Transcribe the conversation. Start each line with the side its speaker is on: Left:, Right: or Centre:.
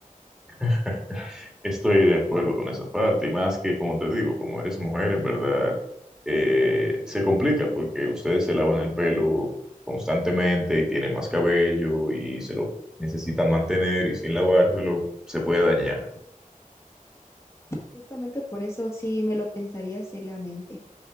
Centre: <laughs> Estoy de acuerdo con esa parte, y más que, como te digo, como eres mujer, en verdad, eh, se complica porque ustedes se lavan el pelo constantemente y tienen más cabello y se lo necesitan mantener y sin lavárselo se puede dañar.
Left: <laughs> Y justamente por eso sí me lo pensaría seriamente.